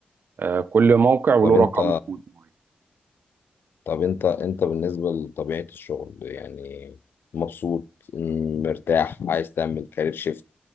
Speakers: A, on the right (about 65°); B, on the left (about 85°).
A: آه، كل موقع وله
B: طب انت
A: رقم كود معين
B: طب انت انت بالنسبة لطبيعة الشغل يعني مبسوط م- مرتاح عايز تعمل كارير شيفت